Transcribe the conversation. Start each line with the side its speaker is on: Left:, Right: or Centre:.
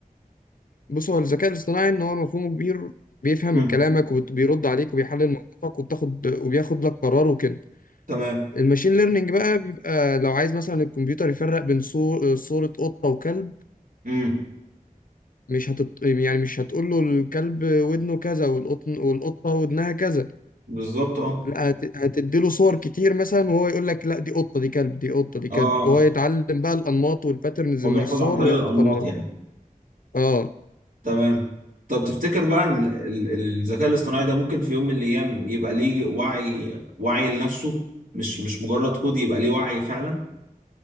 Left: بص هو الذكاء الاصطناعي ان هو مفهومه كبير بيفهم
Right: امم
Left: كلامك وبيرد عليك وبيحلل موقفك وبتاخد وبياخد لك قرار وكده
Right: تمام
Left: الماشين ليرنينج بقى بيبقى لو عايز مثلا الكمبيوتر يفرق بين صو- صورة قطة وكلب
Right: امم
Left: مش هتط... يعني مش هتقول له الكلب ودنه كذا والقطن والقطة ودنها كذا
Right: بالظبط اه
Left: لا هت... هتديله صور كتير مثلا وهو يقول لك لا دي قطة دي كلب دي قطة دي
Right: اه
Left: كلب وهو يتعلم بقى الأنماط والباترنز
Right: هو
Left: من
Right: بيحفظ
Left: الصور
Right: عن طريق
Left: وياخد
Right: الانماط
Left: قرارات
Right: يعني
Left: اه
Right: تمام طب تفتكر بقى ان ال- الذكاء الاصطناعي ده ممكن في يوم من الايام يبقى ليه وعي وعي لنفسه مش مش مجرد كود يبقى ليه وعي فعلا